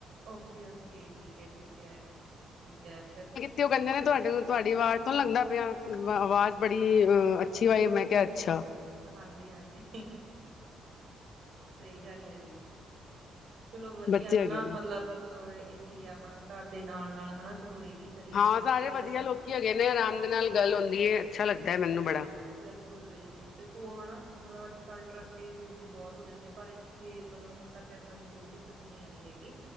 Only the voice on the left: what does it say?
ਤੇ ਉਹ ਕਹਿੰਦੇ ਨੇ ਤੁਹਾਡੇ ਤੁਹਾਡੀ ਆਵਾਜ਼ ਤੋਂ ਲੱਗਦਾ ਪਿਆ। ਆਵਾਜ਼ ਬੜੀ ਅ ਅੱਛੀ ਵਾਈ। ਮੈਂ ਕਿਹਾ ਅੱਛਾ
ਬੱਚੇ ਹੈਗੇ
ਨੇ।
ਹਾਂ
ਸਾਰੇ
ਵਧੀਆਂ
ਲੋਕੀਂ ਹੈਗੇ ਨੇ। ਅਰਾਮ ਦੇ ਨਾਲ਼ ਗੱਲ਼ ਹੁੰਦੀ ਏ ਅੱਛਾ ਲੱਗਦਾ ਹੈ ਮੈਂਨੂੰ ਬੜਾ।